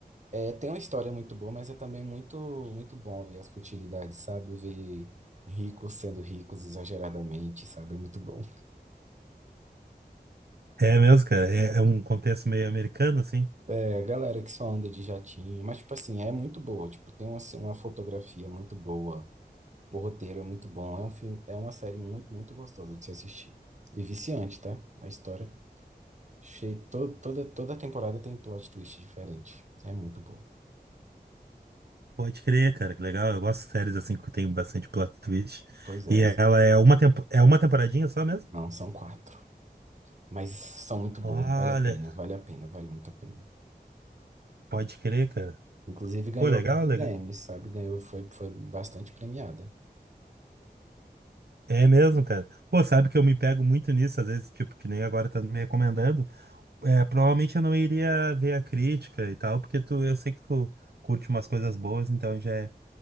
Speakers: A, on the right; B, on the right.
A: É, tem uma história muito boa, mas é também muito, muito bom ver as futilidades, sabe? Ver ricos sendo ricos exageradamente, sabe? É muito bom.
B: É mesmo, cara. É, é um contexto meio americano, assim.
A: É, galera que só anda de jatinho, mas, tipo assim, é muito boa. Tipo, tem uma, uma fotografia muito boa, o roteiro é muito bom. É um filme, é uma série muito, muito gostosa de se assistir. E viciante, tá? A história. Che, to, toda, toda temporada tem plot twist diferente. É muito bom.
B: Pode crer, cara. Que legal. Eu gosto de séries assim que tem bastante plot twist.
A: Pois é.
B: E ela é uma, tempo... é uma temporadinha só mesmo?
A: Não, são quatro. Mas são muito boas.
B: Olha,
A: Vale a pena, vale a pena, vale muito a pena.
B: pode crer, cara.
A: Inclusive ganhou
B: Pô, legal,
A: vários
B: legal.
A: Emmys, sabe? Ganhou, foi, foi bastante premiada.
B: É mesmo, cara. Pô, sabe que eu me pego muito nisso, às vezes, tipo, que nem agora tá me recomendando. É, provavelmente eu não iria ver a crítica e tal, porque tu, eu sei que tu curte umas coisas boas, então eu já